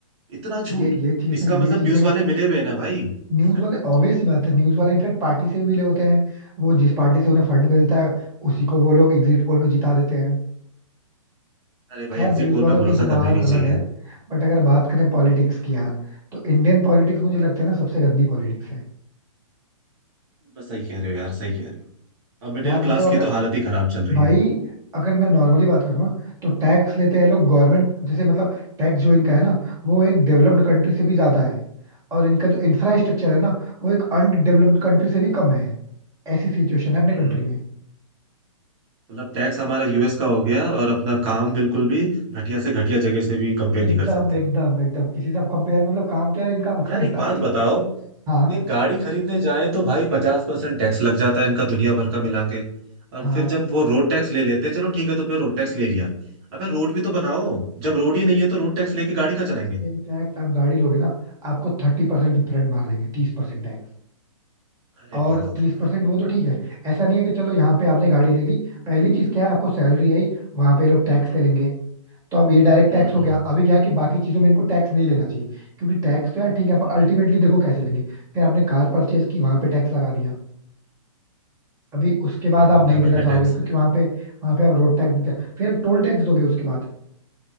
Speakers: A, on the right (about 50°); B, on the right (about 15°).
A: इतना झूठ
B: ये ये चीजें
A: इसका
B: ये
A: मतलब
B: चीजें
A: न्यूज वाले मिले हुए हैं ना भाई
B: न्यूज
A: <laughs>
B: वाले ऑब्वियस सी बात है न्यूज वाले इनफैक्ट पार्टी से भी मिले होते हैं वो जिस पार्टी से उन्हें फंड मिलता है उसी को वो लोग एग्जिट पोल में जिता देते हैं
A: अरे
B: खैर
A: भाई एग्जिट
B: न्यूज
A: पोल
B: वालों
A: पे भरोसा
B: की तो बात
A: करना ही नहीं
B: अलग
A: चाहिए
B: है बट अगर बात करें पॉलिटिक्स की यार तो इंडियन पॉलिटिक्स मुझे लगता है ना सबसे गंदी पॉलिटिक्स है
A: बस सही कह रहे हो यार सही कह रहे हो अब मिडिल
B: यार मतलब
A: क्लास
B: अगर
A: की तो हालत ही खराब चल रही
B: भाई
A: है
B: अगर मैं नॉर्मली बात करूँ ना तो टैक्स लेते हैं लोग गवर्नमेंट जैसे मतलब टैक्स जो इनका है ना वो एक डेवलप्ड कंट्री से भी ज्यादा है और इनका जो इंफ्रास्ट्रक्चर है ना वो एक अनडेवलप्ड कंट्री से भी कम है ऐसी सिचुएशन है अपने
A: हम्म
B: कंट्री में
A: मतलब टैक्स हमारा यूएस का हो गया और अपना काम बिल्कुल भी घटिया से घटिया जगह से भी कंपेयर
B: एकदम
A: नहीं कर सकते
B: एकदम एकदम किसी से आप कंपेयर मतलब काम तो यार इनका अफगानिस्तान
A: यार एक बात
B: से भी बेकार
A: बताओ
B: हाँ
A: ये गाड़ी खरीदने जाए तो भाई पचास परसेंट टैक्स लग जाता है इनका दुनिया भर का मिला के
B: हाँ
A: और फिर जब वो रोड टैक्स ले लेते हैं चलो ठीक है तो फिर रोड टैक्स ले लिया अबे रोड भी तो बनाओ जब रोड ही नहीं है तो रोड टैक्स लेके गाड़ी का चलाएंगे
B: इनफैक्ट आप गाड़ी लोगे ना आपको थर्टी परसेंट डिफरेंट मार देंगे तीस परसेंट टैक्स
A: अरे
B: और
A: बहुत
B: तीस
A: है यार
B: परसेंट वो तो ठीक है ऐसा नहीं है कि चलो यहाँ पे आपने गाड़ी ले ली पहली चीज क्या है आपको सैलरी आई वहां पे ये लोग टैक्स ले लेंगे तो अब ये डायरेक्ट
A: हम्म
B: टैक्स हो गया अभी क्या है कि बाकी चीजों में इनको टैक्स नहीं लेना चाहिए क्योंकि टैक्स तो यार ठीक है पर अल्टीमेटली देखो कैसे लेंगे फिर आपने कार परचेज की वहां पे टैक्स लगा दिया अभी उसके बाद
A: भाई
B: आप
A: दुनिया
B: नहीं
A: भर
B: देना
A: के
B: चाहोगे
A: टैक्स
B: क्योंकि
A: है
B: वहां पे वहां पे आप रोड टैक्स देते हैं, फिर आप टोल टैक्स दोगे उसके बाद